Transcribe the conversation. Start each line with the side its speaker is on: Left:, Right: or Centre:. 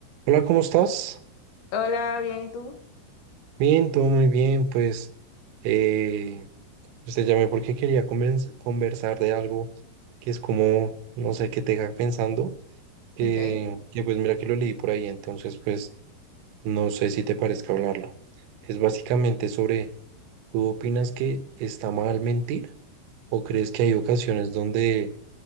Right: Hola, ¿cómo estás?
Left: Hola, bien, ¿y tú?
Right: Bien, todo muy bien. Pues eh, pues te llamé porque quería convers- conversar de algo que es como, no sé, que te deja pensando, que,
Left: Ok,
Right: que pues mira que lo leí por ahí, entonces pues no sé si te parezca hablarlo. Es básicamente sobre, ¿tú opinas que está mal mentir o crees que hay ocasiones donde